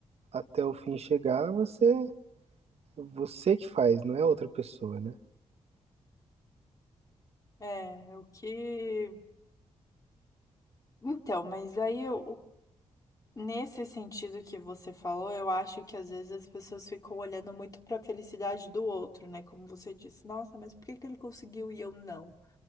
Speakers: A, on the right; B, on the left.
A: até o fim chegar, você você que faz, não é outra pessoa, né?
B: É, o que. Então, mas aí eu. Nesse sentido que você falou, eu acho que às vezes as pessoas ficam olhando muito pra felicidade do outro, né? Como você disse, nossa, mas por que que ele conseguiu e eu não,